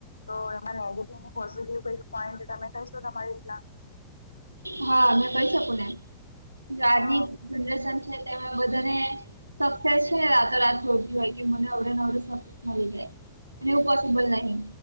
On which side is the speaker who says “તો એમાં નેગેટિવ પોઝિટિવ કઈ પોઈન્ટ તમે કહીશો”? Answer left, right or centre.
Left